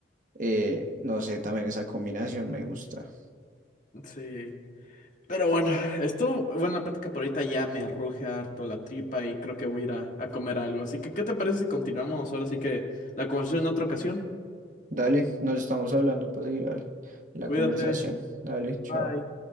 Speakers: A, on the right; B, on the left.
A: eh, no sé, también esa combinación me gusta.
B: Sí. Pero bueno, esto, bueno, la práctica por ahorita ya me ruge harto la tripa y creo que voy a ir a, a comer algo. Así que, ¿qué te parece si continuamos ahora? Así que la conversación en otra ocasión.
A: Dale, nos estamos hablando para seguir la la
B: Cuídate.
A: conversación. Dale, chao.
B: Bye.